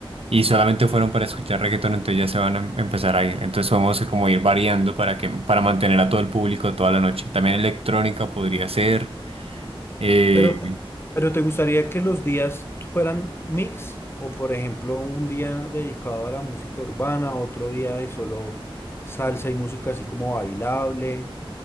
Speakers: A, on the right; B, on the left.
A: y solamente fueron para escuchar reggaetón, entonces ya se van a em- empezar a ir. Entonces vamos a como ir variando para que, para mantener a todo el público toda la noche. También electrónica podría ser. eh,
B: Pero, pero ¿te gustaría que los días fueran mix? O por ejemplo, un día dedicado a la música urbana, otro día de solo salsa y música así como bailable,